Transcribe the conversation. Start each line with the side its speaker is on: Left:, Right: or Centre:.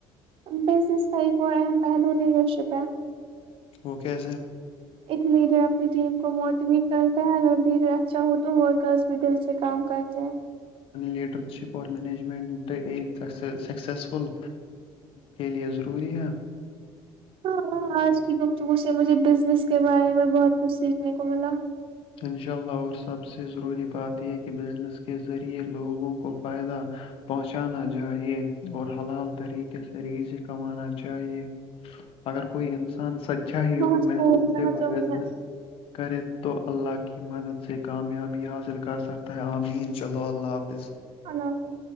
Right: بیسائی کو ہے پہلو لیڈرشپ ہے
Left: اوکے سے
Right: ایک لیڈر اپنی ٹیم کو موٹیویٹ کرتا ہے اگر لیڈر اچھا ہو تو ورکرس بھی دل سے کام کرتے ہیں
Left: لیڈر شپ اور مینجمنٹ سکسیزفل کے لیے ضروری ہے
Right: ہاں ہاں آج کییکتے ب سے مجھے بزنس کے بارے میں بہت کچھ سیکھنے کو ملا
Left: انشاء اللہ اور سب سے ضروری بات یہ کہ بزنس کے ذریعے لوگوں کو فائدہ پہنچانا چاہے اور حلال طریقے سے ریزیں کمانا چاہیے اگر کوئی انسان س اچھا ہی
Right: بہت
Left: اور محنت
Right: خوب کہا
Left: سے ب
Right: تم نے
Left: سے کرے تو اللہ کی مدد سے کامیابی حاصل کر سکتا ہے آمین چلو اللہ حافظ
Right: اللہ حافظ